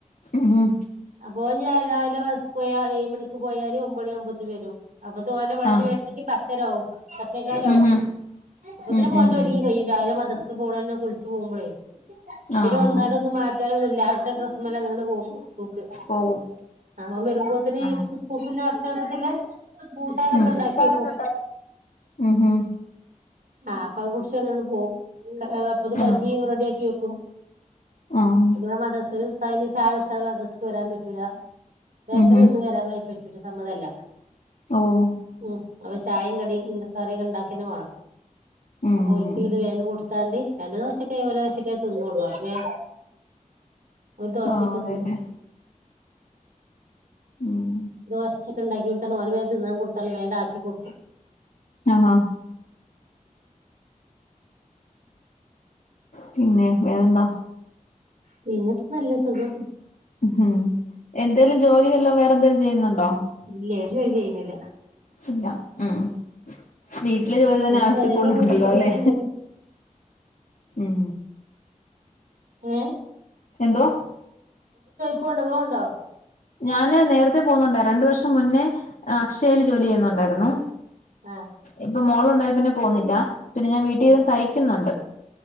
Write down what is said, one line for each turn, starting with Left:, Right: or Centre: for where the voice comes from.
Left: ഉം ഉം
Right: ബോ ഞ്ഞിരാവിലയിലെ മ പോയാ ഏഴ് മണിക്ക് പോയാല് ഒമ്പണി ആവുമ്പത്തി വരും അപ്പതോനെ വണ്ടി
Left: ആഹ്
Right: വരുന്നെങ്കിൽ പ ത്തരാവും പത്തേക്കാലാവും
Left: ഉം ഉം
Right: അപ്പത്തിന്
Left: ഉം
Right: ഓൻ്റെ
Left: ഉം
Right: ഒരുങ്ങി
Left: ഉം
Right: കയ്യും രാ വിലെ മദ്രസ്സ പോണന്നേ കുളിച്ചു പോകുമ്പളേ പിന്നെ
Left: ആഹ്
Right: വന്നാലൊന്ന് മാ റ്റാ നൊന്നുല്ലാ ആ ഇട്ട ഡ്രസ്മ്മല് അങ്ങനാണ്ട് പോവും സ്കൂക്ക്
Left: പോവും
Right: ആ ഓം വരുമ്പോത്തത്ത്ന്
Left: ആഹ്
Right: സ്കൂൾക്കില്ലേ ഭക്ഷണത്ത്ക്ക്ല്ലെ കൂട്ടാനൊക്കെണ്ടാക്കി
Left: ഉം കൂട്ടാനൊക്കെ
Right: വെക്കും
Left: ഉം ഉം
Right: ആഅപ്പൊ അത് കുടിച്ച് അങ്ങനാണ്ട് പോവും അ ആ അപ്പത് കഞ്ഞി
Left: ആഹ്
Right: റെഡി ആക്കി വെക്കും
Left: ആഹ്
Right: ഇവ മദ്രസില് അയിന് ചായ കുടിച്ചാതെ മദ്രസ്ക് വരാൻ പറ്റൂല ബേക്കറി
Left: ഉം ഉം
Right: തിന്ന് വരാമയ പറ്റൂല സമ്മതല്ല
Left: ഓഹ്
Right: ഉം അ ചായിം കടിം കറി ഇണ്ടാക്കന് വേണം
Left: ഉം
Right: അപ്പൊ ഒരിക്കൽ
Left: ഉം
Right: ഇത് വേണ്ട് കൊടുതോൺണ്ട് രണ്ട് ദോശക്കെ ഒരു ദോശക്കേ തിന്നുള്ളു വെ ഒരു ദോശ
Left: ആഹ്
Right: ക്കെ
Left: അതെല്ലേ
Right: തിന്നും
Left: ഉം
Right: ദോശക്കെ ഉണ്ടാക്കി കൊടുത്ത്ക്കാണ്ട് ഓനെ വേം തിന്നാൻ കൊടുത്ത് കൺഡ് വേം ആണ്ട് ആക്കി കൊടുക്കും.
Left: ആ ഹ പിന്നെ വേറെന്താ
Right: പിന്നിട്ട് നല്ല സുഖം
Left: ഉം എന്തേലും ജോലി വല്ലോ വേറെ എന്തേലും ചെയ്യുന്നുണ്ടോ
Right: ഇല്ലേ ഒരു ജോലി ചെയ്യുന്നില്ല
Left: ഇല്ല ഉം വീട്ടിലെ ജോലി തന്നെ
Right: ഇവിടെ
Left: ആവിശ്യത്തിൽ
Right: പെരേലങ്ങനെ
Left: കൂടുതൽ ഉണ്ടല്ലോ.
Right: കുത്തിർക്ക്ണ്ട്
Left: അല്ലെ ഉം
Right: ഏ
Left: എന്തോ
Right: പോവണ്ട് പോവണ്ടോ
Left: ഞാന് നേരത്തെ പോകുന്നുണ്ടായി രണ്ടു വർഷം മുന്നേ അക്ഷയയിൽ ജോലി ചെയ്യുന്നുണ്ടായിരുന്നു.
Right: ആ
Left: ഇപ്പൊ മോളുണ്ടായ പിന്നെ പോവുന്നില്ല പിന്നെ ഞാൻ വീട്ടിൽന്ന്
Right: ആഹ്
Left: തയ്ക്കുന്നുണ്ട്